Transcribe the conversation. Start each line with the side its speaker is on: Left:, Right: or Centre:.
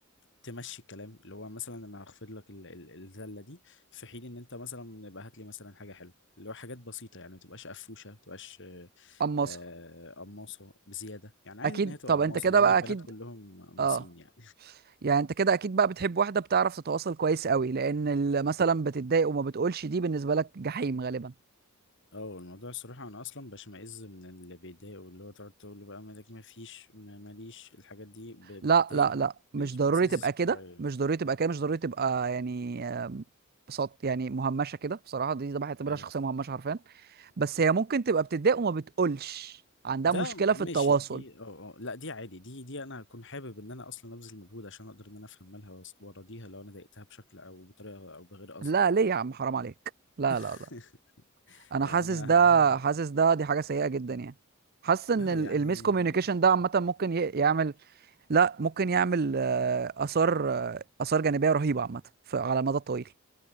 Left: تمشي الكلام اللي هو مثلا انا هخفض لك ال- ال- الذلة دي في حين ان انت مثلا يبقى هات لي مثلا حاجة حلوة اللي هو حاجات بسيطة يعني ما تبقاش قفوشة ما تبقاش آه،
Right: اما
Left: آه،
Right: أصل.
Left: قماصة بزيادة يعني عادي
Right: اكيد
Left: ان هي تبقى
Right: طب
Left: قماصة
Right: انت كده
Left: لان
Right: بقى
Left: البنات
Right: اكيد
Left: كلهم قماصين
Right: اه
Left: يعني
Right: يعني انت كده اكيد بقى بتحب واحده بتعرف تتواصل كويس قوي لان ال- مثلا بتتضايق وما بتقولش دي بالنسبه لك جحيم غالبا
Left: اه الموضوع الصراحة انا اصلا بشمئز من اللي بيضايقوا اللي هو تقعد تقول له بقى مالك ما فيش ما- ماليش الحاجات دي ب-
Right: لا
Left: بتضايقني
Right: لا لا مش
Left: بتشمئزازي
Right: ضروري تبقى كده
Left: شوية
Right: مش ضروري تبقى كده مش ضروري تبقى يعني آم، صوت يعني مهمشه كده بصراحه دي ده بعتبرها
Left: اي
Right: شخصيه مهمشه حرفيا بس هي ممكن تبقى بتتضايق وما بتقولش عندها
Left: ده
Right: مشكله
Left: لو انت ماشي
Right: في التواصل
Left: دي اه اه لا دي عادي دي دي انا اكون حابب ان انا اصلا ابذل مجهود عشان اقدر ان انا افهم مالها وأس- واراضيها لو انا ضايقتها بشكل او بطريقه او بغير قصد
Right: لا
Left: يعني
Right: ليه يا عم حرام عليك لا
Left: <laughs>
Right: لا لا انا
Left: يعني
Right: حاسس
Left: انا
Right: ده
Left: ه... ه-
Right: حاسس ده دي حاجه سيئه جدا يعني حاسس
Left: لا
Right: ان
Left: اوكي
Right: الميس
Left: يعني
Right: كوميونيكيشن ده عامه ممكن ي- يعمل لا ممكن يعمل آه، آثار آه، آثار جانبية رهيبة عامة ف- على المدى الطويل